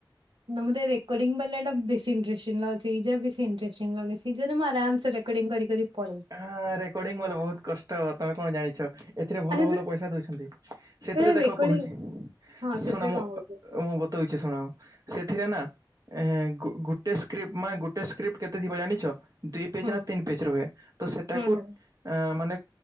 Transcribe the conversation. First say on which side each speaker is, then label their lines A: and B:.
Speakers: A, on the right; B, on the right.
A: ନା ମତେ ରେକର୍ଡିଂ ବାଲାଟା ବେଶୀ ଇଣ୍ଟେରଷ୍ଟିଙ୍ଗ ଲାଗୁଚି ଜାବି ଣ୍ଟେରଷ୍ଟିଙ୍ଗ ଲାଗୁଚି ସେଇଟାରେ ମୁଁ ଆରାମସେ ରେ ରେକର୍ଡିଙ୍ଗ କରି କରି ପଳେଇବି।
B: ହଁ ରେକର୍ଡିଙ୍ଗ ବଲା ବହୁତ୍ କଷ୍ଟ ତମେ କଣ ଜାଣିଛ ଏଥିରେ ଭଲ
A: ଆରେ
B: ଭଲ ପଇସା ଦଉଛନ୍ତି। ସେଥିରେ
A: ରେ
B: ଦେଖ
A: ରେକର୍ଡିଂ
B: କହୁଛି
A: ହଁ ସେଥିରେ
B: ଶୁଣ ମୁଁ
A: କଁ କହୁଚ?
B: ମୁଁ ବତଉଚି ଶୁଣ, ସେଥିରେନା ଏଂ ଗୋ ଗୋଟେ ସ୍କ୍ରିପ୍ଟ ମାନେ ଗୋଟେ ସ୍କ୍ରିପ୍ଟ କେତେ ଥିବ ଜାଣିଚ? ଦୁଇ ପେଜନା
A: ହୁଁ
B: ତିନି ପେଜ୍ ରୁହେ ତସେଟାକୁ
A: ହୁଁ ହୁଁ
B: ଏଂ ମାନେ